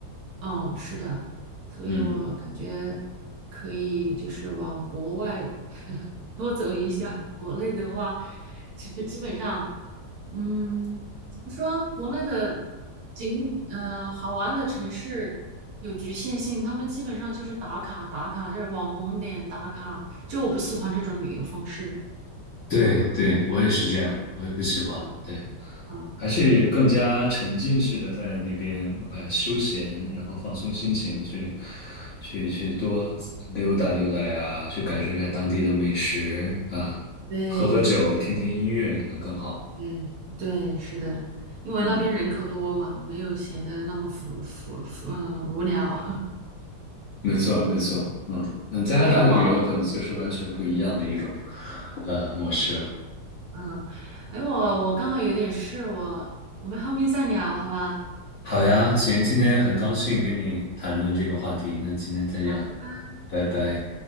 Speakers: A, on the right; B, on the left.
A: 嗯，是的，所以我感觉
B: 嗯，
A: 可以就是往国外。多走一下。国内的话，其实基本上，嗯，怎么说？国内的景，呃，好玩的城市有局限性，他们基本上就是打卡打卡，就是网红点打卡。就我不喜欢这种旅游方式。
B: 对对，我也是这样，我也不喜欢。
A: 啊
B: 对。
A: 啊，
B: 还是更加沉浸式的在那边，哎，休闲，然后放松心情，去去去多溜达溜达呀，去感受一下当地的美食啊，
A: 对
B: 喝喝酒，听听音乐可能更好。
A: 对对，是的，因为那边人口多嘛，
B: 嗯，
A: 没有显得那么浮浮浮，嗯，无聊。<laughs>
B: 没错，没错。嗯，那加拿大的旅游可能就是完全不一样的一种
A: 哎，我，
B: 呃模式了。
A: 嗯，哎，我我刚好有点事，我我们后面再聊，好吧？
B: 好呀，行，今天很高兴跟你谈论这个话题，那今天这样，
A: 好，拜拜。
B: 拜拜。